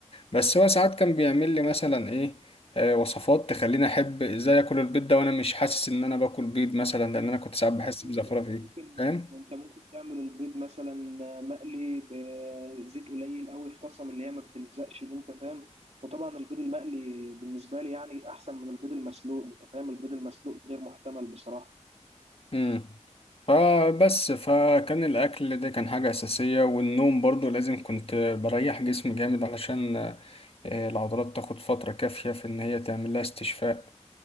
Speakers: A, on the left; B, on the right.
A: بس هو ساعات كان بيعمل لي مثلا ايه آه، وصفات تخليني احب ازاي اكل البيض ده وانا مش حاسس ان انا باكل بيض مثلا لان انا كنت ساعات
B: ايوه
A: بحس
B: يا عم
A: بزفرة
B: انت أنت
A: فيه
B: ممكن
A: فاهم
B: انت ممكن تعمل البيض مثلا مقلي بزيت قليل قوي في طاسه من اللي هي ما بتلزقش دي انت فاهم وطبعا البيض المقلي بالنسبه لي يعني احسن من البيض المسلوق انت فاهم البيض المسلوق غير محتمل بصراحه
A: امم فبس فكان الاكل ده كان حاجة اساسية والنوم برضو لازم كنت بريح جسمي جامد علشان آه، العضلات تاخد فترة كافية في ان هي تعمل لها استشفاء